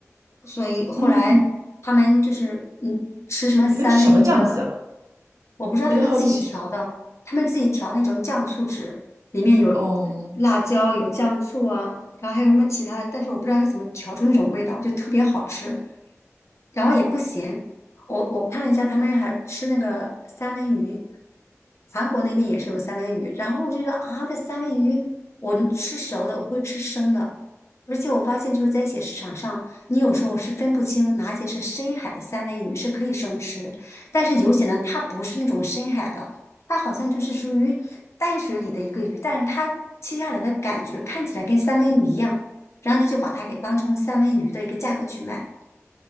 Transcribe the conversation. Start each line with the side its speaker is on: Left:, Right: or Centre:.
Left: 所以后来他们就是嗯吃什么三文鱼啊。
Right: 嗯，你那个是什么酱汁啊？
Left: 我不知道他们自己调的，
Right: 我就好奇。
Left: 他们自己调那种酱醋汁，里面有辣椒，
Right: 哦，
Left: 有酱醋啊，然后还有什么其他的，但是我不知道他怎么调出那种味道，就特别好吃。然后也不咸。我我看了一下，他们还吃那个三文鱼，韩国那边也是有三文鱼。然后我就觉得啊，这三文鱼我能吃熟的，我不会吃生的。而且我发现就是在一些市场上，你有时候是分不清哪些是深海的三文鱼是可以生吃，但是有些呢，它不是那种深海的，它好像就是属于淡水里的一个鱼，但是它切下来的感觉看起来跟三文鱼一样，然后他就把它给当成三文鱼的一个价格去卖。